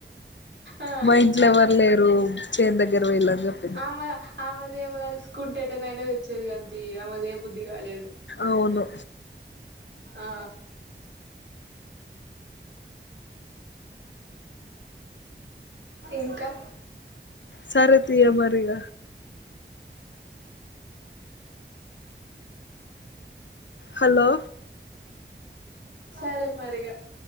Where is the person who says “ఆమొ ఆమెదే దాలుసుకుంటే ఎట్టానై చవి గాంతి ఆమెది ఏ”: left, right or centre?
Right